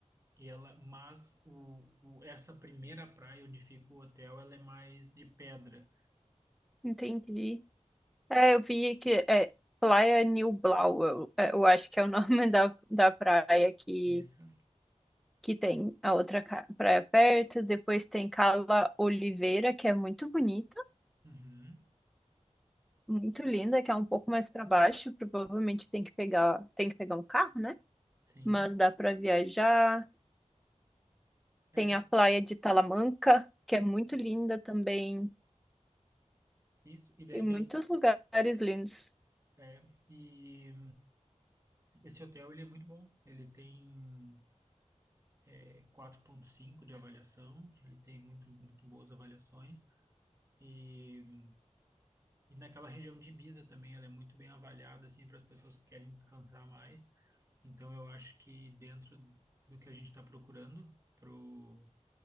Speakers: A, on the right (about 25°); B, in the centre.
A: e ela, mas o, o, essa primeira praia onde fica o hotel, ela é mais de pedra.
B: entendi. É, eu vi que é Playa Nublau, eu, é, eu acho que é o nome <laughs> da, da praia que,
A: Isso.
B: que tem a outra ca- praia perto. Depois tem Cala Oliveira, que é muito bonita,
A: Uhum.
B: muito linda, que é um pouco mais para baixo. Provavelmente tem que pegar, tem que pegar um carro, né?
A: Sim.
B: Mas dá para viajar.
A: É
B: Tem a praia de Talamanca, que é muito linda também.
A: isso. E daí
B: Tem muitos
A: tem
B: lugares lindos.
A: é, e esse hotel ele é muito bom. Ele tem é, quatro ponto cinco de avaliação. Ele tem muito muito boas avaliações. E E naquela região de Ibiza também, ela é muito bem avaliada, assim, para as pessoas que querem descansar mais. Então, eu acho que dentro do que a gente está procurando pro,